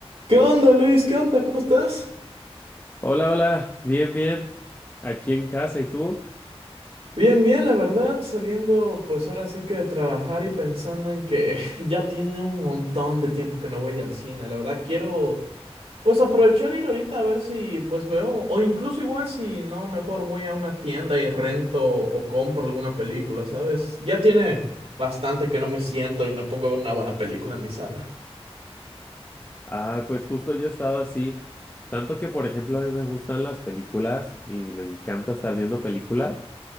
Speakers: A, on the right (about 65°); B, on the left (about 15°).
A: ¿Qué onda, Luis? ¿Qué onda? ¿Cómo estás?
B: Hola, hola, bien, bien. Aquí en casa, ¿y tú?
A: Bien, bien, la verdad, saliendo pues ahora sí que de trabajar y pensando en que <laughs> ya tiene un montón de tiempo que no voy al cine. La verdad, quiero pues aprovechar e ir ahorita a ver si pues veo, o incluso igual si no, mejor voy a una tienda y rento o compro alguna película, ¿sabes? Ya tiene bastante que no me siento y me pongo a ver una buena película en mi sala.
B: Ah, pues justo yo he estado así, tanto que por ejemplo a mí me gustan las películas y me encanta estar viendo películas.